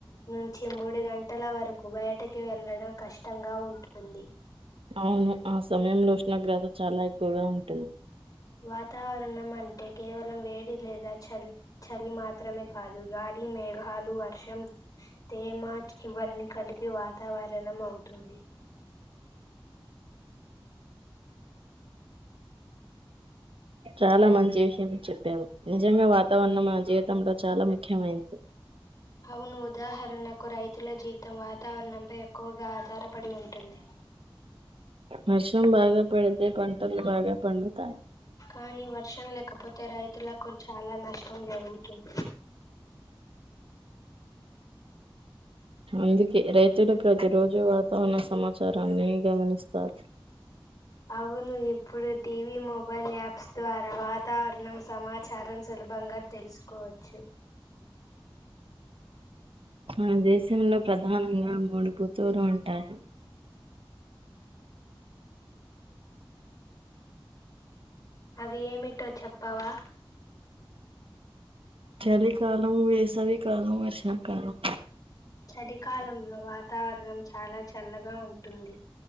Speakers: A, on the left; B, on the right.
A: నుంచి మూడు గంటల వరకు బయటకి వెళ్ళడం కష్టంగా ఉంటుంది
B: అవును ఆ సమయంలో ఉష్ణోగ్రత చాలా ఎక్కువగా ఉంటుంది
A: వాతావరణం అంటే కేవలం వేడి లేదా చలి చలి మాత్రమే కాదు గాలి మేఘాలు వర్షం తేమ ఇవన్నీ కలిపి వాతావరణం అవుతుంది
B: చాలా మంచి విషయం చెప్పావు నిజంగా వాతావరణం మన జీవి తంలో చాలా ముఖ్యమైంది
A: అవును ఉదాహరణకు రైతుల జీవితం వాతావరణంపై ఎక్కువగా ఆధారపడి ఉంటుంది
B: వర్షం బాగా పడితే పంటలు బాగా పండుతాయి
A: కానీ వర్షం లేకపోతే రైతులకు చాలా నష్టం పంజాగుట్ట
B: అందుకే రైతులు ప్రతి రోజు వాతావరణ సమాచారాన్ని గమనిస్తారు.
A: అవును ఇప్పుడు టీవీ మొబైల్ యాప్స్ ద్వారా వాతావరణం సమాచారం సులభంగా తెలుసుకోవచ్చు.
B: మనం జెసిం లో ప్రధానంగా మూడు ఋతువులు ఉంటాయి
A: అవి ఏమిటో చెప్పావా
B: చలికాలం వేసవికాలం వర్షాకాలం
A: చలికాలం వాతావరణం చాలా చల్లగా ఉంటుంది